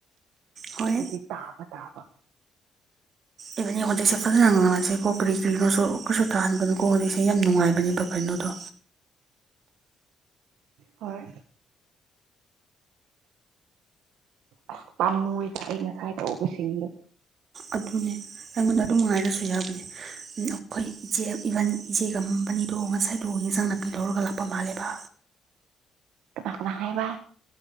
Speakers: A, on the right; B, on the right.
A: ꯍꯣꯏ
B: ꯑꯗꯨꯗꯤ ꯇꯥꯕ <unintelligible>
A: ꯏꯕꯅꯤ ꯍꯧꯖꯤꯛꯁꯦ ꯐꯖꯅ ꯉꯥꯡꯉꯁꯤ ꯀꯣ ꯀꯔꯤ ꯀꯔꯤꯅꯣꯁꯨ ꯀꯔꯤꯁꯨ ꯇꯥꯍꯟꯕꯅꯀꯣ ꯍꯧꯖꯤꯛꯁꯦ ꯌꯥꯝ ꯅꯨꯡꯉꯥꯏꯕꯅꯦꯕ ꯀꯩꯅꯣꯗꯣ
B: ꯍꯣꯏ ꯑꯁ ꯄꯥꯝꯃꯨꯔꯤꯗ ꯑꯩ ꯉꯁꯥꯏ ꯇꯧꯕꯁꯤꯡꯗꯣ
A: ꯑꯗꯨꯅꯦ ꯑꯩꯉꯣꯟꯗ ꯑꯗꯨꯝ ꯉꯥꯏꯔꯁꯨ ꯌꯥꯕꯅꯦ ꯑꯩꯈꯣꯏ ꯏꯆꯦ ꯏꯚꯟ ꯏꯆꯦꯒꯝꯕꯅꯤꯗꯣ ꯉꯁꯥꯏꯗꯣ ꯌꯦꯟꯖꯥꯡ ꯅꯥꯄꯤ ꯂꯧꯔꯒ ꯂꯥꯛꯄ ꯃꯥꯜꯂꯦꯕ
B: ꯕꯥꯥꯛꯅ ꯍꯥꯏꯕ